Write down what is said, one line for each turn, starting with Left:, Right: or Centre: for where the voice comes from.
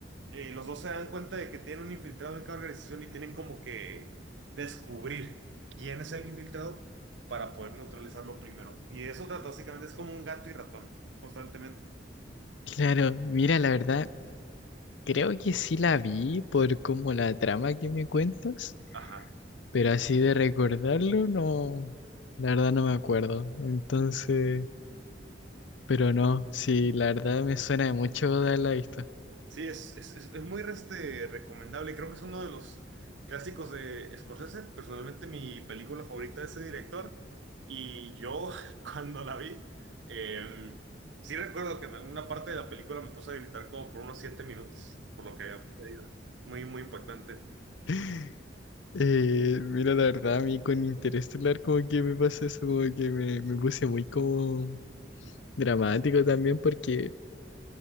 Right: eh, los dos se dan cuenta de que tienen un infiltrado en cada organización y tienen como que descubrir quién es el infiltrado para poder neutralizarlo primero. Y de eso trata básicamente, es como un gato y ratón, constantemente.
Left: Claro, mira, la verdad, creo que sí la vi por como la trama que me cuentas.
Right: Ajá.
Left: Pero así de recordarlo, no, la verdad no me acuerdo. Entonces, pero no, sí, la verdad me suena de mucho dar la vista.
Right: Sí, es, es, es- es muy este, recomendable. Creo que es uno de los clásicos de Scorsese. Personalmente, mi película favorita de ese director. Y yo, <laughs> cuando la vi, eh, sí recuerdo que en alguna parte de la película me puse a gritar como por unos siete minutos, por lo que había sucedido. Muy, muy impactante.
Left: <laughs> Eh, mira, la verdad, a mí con Interestelar como que me pasa eso, como que me, me puse muy como dramático también porque